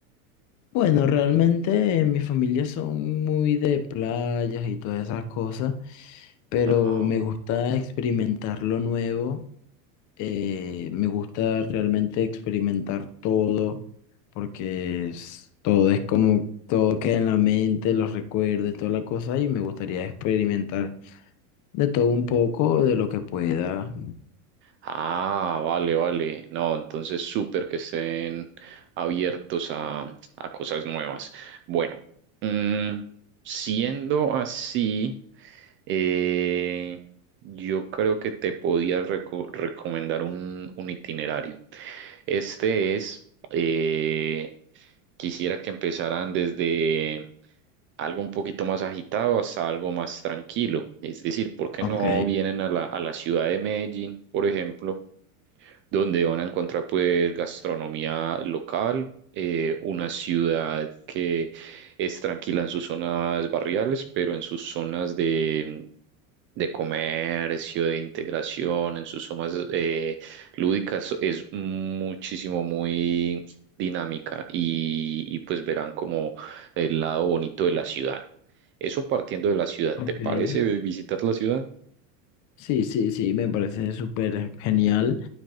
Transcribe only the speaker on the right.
Ajá.
Ah, vale, vale. No, entonces súper que estén abiertos a, a cosas nuevas. Bueno, mm, siendo así, eh, yo creo que te podía reco- recomendar un, un itinerario. Este es, eh, Quisiera que empezaran desde algo un poquito más agitado hasta algo más tranquilo. Es decir, ¿por qué
no vienen a la, a la ciudad de Medellín, por ejemplo? donde van a encontrar pues gastronomía local, eh, una ciudad que es tranquila en sus zonas barriales, pero en sus zonas de, de comercio, de integración, en sus zonas eh, lúdicas es muchísimo, muy dinámica y, y, pues verán como el lado bonito de la ciudad. Eso partiendo de la ciudad,
¿te parece visitar la ciudad?